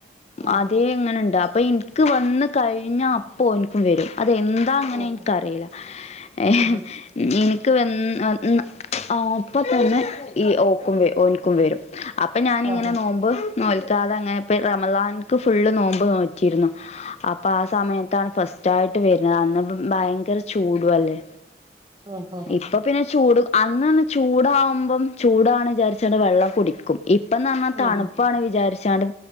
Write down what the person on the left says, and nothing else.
അതേ ഇനണ്ട് എനിക്ക് അപ്പൊ എനിക്ക് വന്ന് കഴിഞ്ഞപ്പോ എനിക്കും വരും അത എ അങ്ങനെ
എനിക്കറിയില്ലഏഹ്
എനിക്ക്വന്ന അപ്പം തന്നെ ഈ ഓക്കും ഓനിക്കും വരും അപ്പൊ ഞാാനിങ്ങനെ
നോമ്പ് നോൽക്കാതെ അങ്ങനെപ്പ റമലാൻക്ക് ഫുൾ നോമ്പ് നോറ്റിയിരുന്നു അപ്പൊ ആഹ് സമയത്താണ് ഫസ്റ്റ് ആയിട്ട് വരുന്നത് അന്ന് ഭയങ്കര ചൂടു അല്ലേ
ഇപ്പം ചൂട് അന്ന് തന്നെ ചൂടാകുമ്പം ചൂടാണ് വിചാരിച്ചിൽ വെള്ളം കുടിക്കും ഇപ്പന്ന് പറഞ്ഞാൽ തണുപ്പാണ്
വിചാരിച്ചണ്ട്